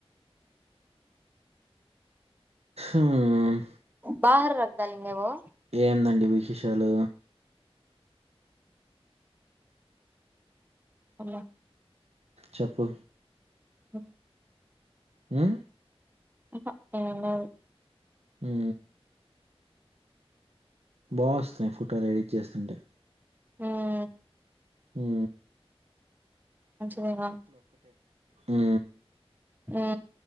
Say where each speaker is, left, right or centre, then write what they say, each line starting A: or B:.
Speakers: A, on the right; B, on the right.
A: ఉమ్మ్మ్
B: బహర్ రగ్దాలింగే ఓ
A: ఏందండి విశేషాలు
B: <unintelligible>
A: చెప్పు
B: ఓ
A: హు
B: ఆహా ఏంలేదు
A: హు బావస్తున్నాయి ఫోటోలు ఎడిట్ చేస్తుంటే
B: హ్మ్
A: హు
B: మంచిదేన
A: హు
B: ఉ